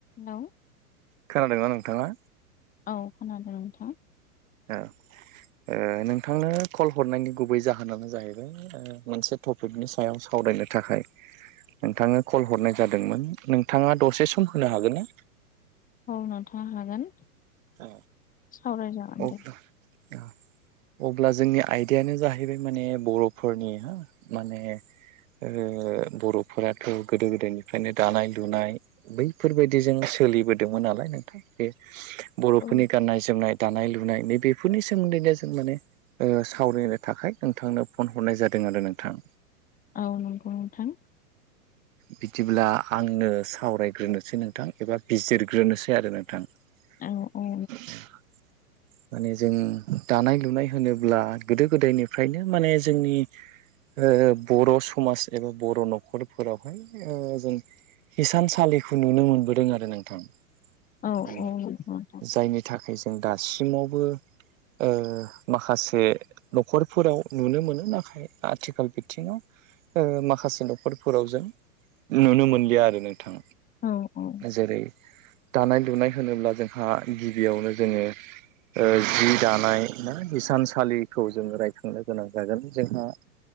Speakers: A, on the left; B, on the right.
A: नाव
B: खोनादोंना नोंथाङा?
A: औ खोनादों नोंथां।
B: ओ। ओ नोंथांनो कल हरनायनि गुबै जाहोनानो जाहैबाय मोनसे टपिकनि सायाव सावराय बोनो थाखाय नोंथांनो कल हरनाय जादोंमोन नोंथाङा दसे सम होनो हागोन ना?
A: औ नोंथां हागोन।
B: अ
A: सावरायजागोन
B: अब्ला
A: दे।
B: अ अब्ला जोंनि आयदायानो जाहैबाय माने बर'फोरनि हो माने ओ बर'फोराथ' गोदो-गोदायनिफ्रायनो दानाय लुनाय बैफोरबायदिजों सोलिबोदोंमोन नालाय नोंथां बे बर'फोरनि
A: औ
B: गाननाय-जोमनाय दानाय-लु नाय बेफोरनि सोमोन्दै दा जों माने ओ सावरायनो थाखाय नोंथांनो फन हरनाय जादों आरो नोंथां
A: औ नोंगौ नोंथां।
B: बिदिब्ला आंनो सावरायग्रोनोसै नोंथां एबा बिजिरग्रोनोसै आरो नोंथां।
A: औ
B: <unintelligible>
A: औ
B: माने जों दानाय-लुनाय होनोब्ला गोदो-गोदायनिफ्रायनो माने जोंनि ओ बर' समाज एबा बर' न'खरफोरावहाय जों हिसानसालिखौ नुनो मोनबोदों आरो नोंथां।
A: औ
B: अ
A: औ नंगौ नोंथां।
B: जायनि थाखाय जों दासिमावबो ओ माखासे न'खरफोराव नुनो मोनो नाथाय आथिखाल बिथिङाव ओ माखासे न'खरफोराव जों नुनो मोनलिया आरो नोंथां
A: औ औ
B: जेरै दानाय लुनाय होनोब्ला जोंहा गिबियावनो जोङो ओ जि दानाय ना हिसानसालिखौ जोङो रायखांनो गोनां जागोन जोंहा